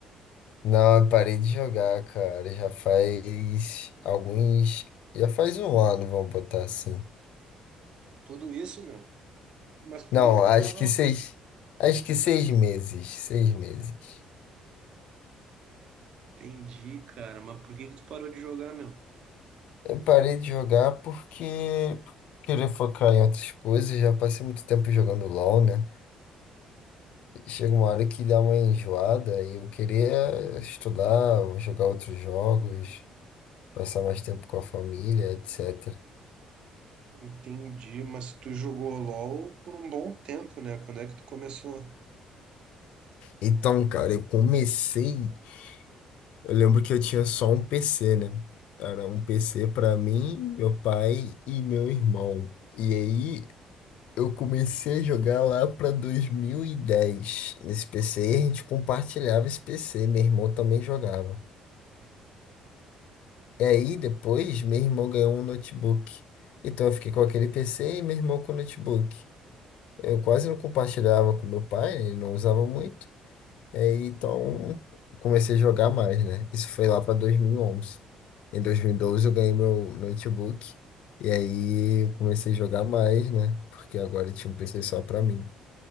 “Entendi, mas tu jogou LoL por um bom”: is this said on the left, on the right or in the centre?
Right